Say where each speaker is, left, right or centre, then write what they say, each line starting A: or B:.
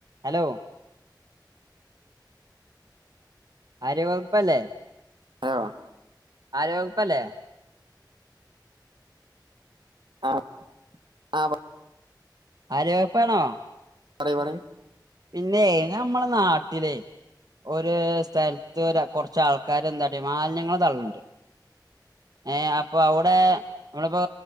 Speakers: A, on the right (about 55°); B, on the right (about 85°).
A: Hello ആര്യ വകുപ്പല്ലേ
B: ആഹ്.
A: ആരോഗ്യ വകുപ്പല്ലേ?
B: ആഹ്. ആഹ് പ
A: ആരോഗ്യ വകുപ്പാണോ?
B: പറ പറ
A: പിന്നെ ഞമ്മളെ നാട്ടിലെ ഒര് സ്ഥല്ത്ത് ഒര കൊറച്ച് ആൾക്കാര് വന്നാട്ടെ മാലിന്യങ്ങള് തള്ള്ണ്ട്. ഏഹ് അപ്പൊ അവടെ നമ്മളിപ്പോ